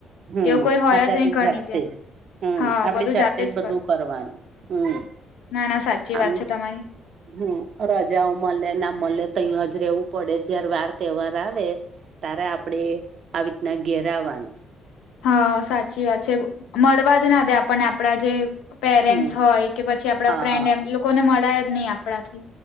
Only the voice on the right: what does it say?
હમ
આપડ
તે
જાતે
જ હમ
આપડી
જાતે જ બધું
કરવાનું હમ.
આમ
હમ રજાઓ મળલે ના મળલે તોહીં જ રવું પડે જયારે વાર તહેવાર આવે તારે આપણેે આવી રીતના ઘેર આવાનું.
હમ
હા
હા